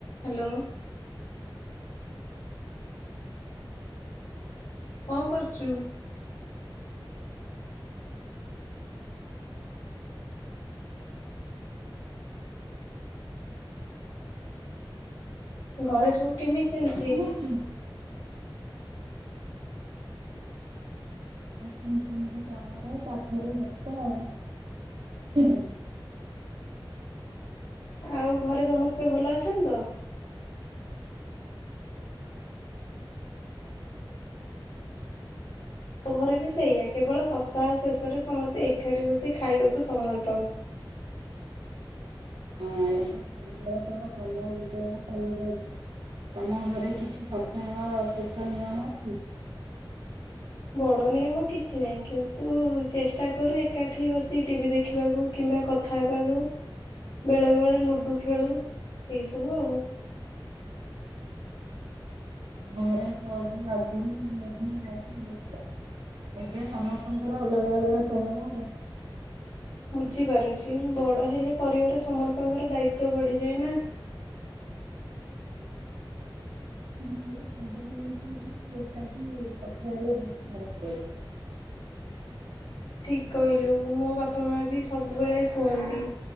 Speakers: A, on the left; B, on the right.
A: Hello. କଣ କରୁଛୁ? ଘରେ ସବୁ କେମିତି ଚାଲିଛି?
B: କଣ କରୁଛୁ?
A: <inaudible>
B: ସମସ୍ତେ ନିଜ ନିଜ କାମରେ ତାପରେ ବେସ୍ତ ଆଉ <unintelligible>
A: ଆଉ ଘରେ ସମସ୍ତେ ଭଲ ଅଛନ୍ତି ତ? ମୋ ଘରେ ବି ସେଇଆା କେବଳ ସପ୍ତାହ ଶେଷରେ ସମସ୍ତେ ଏକାଠି ବସି ଖାଇବାକୁ ସମୟ ପାଉ।
B: ହଁ <unintelligible> ତମ ଘରେ କିଛି <unintelligible> ନିୟମ ଅଛି?
A: ବଡ଼ ନିୟମ କିଛି ନାହିଁ କିନ୍ତୁ ଚେଷ୍ଟା କରୁ ଏକାଠି ବସିି ଟିଭିି ଦେଖିବାକୁ। କିମ୍ବା କଥା ହେବାକୁ ବେଳେବେଳେ ଲୁଡ଼ୁ ଖେଳୁ ଏଇସବୁ ଆଉ।
B: ଆମଘରେ <unintelligible> ଏବେ ସମସ୍ତଙ୍କର ଅଲଗା ଅଲଗା ସମୟ।
A: ବୁଝିପାରୁଛି ବଡ଼ ହେଲେ ପରିବାର ସମସ୍ତଙ୍କର ଦାୟିତ୍ଵ ବଢ଼ିଯାଏ ନାଁ। <inaudible>
B: ମୋର ପନ୍ଦର ମିନିଟ ସେଟାକୁ କଥା ହେଲେ ବହୁତ ଖରପ ଲଗେ।
A: ଠିକ କହିଲୁ ମୋ ବାପା ମାଆ ବି ସବୁବେଳେ କୁହନ୍ତି।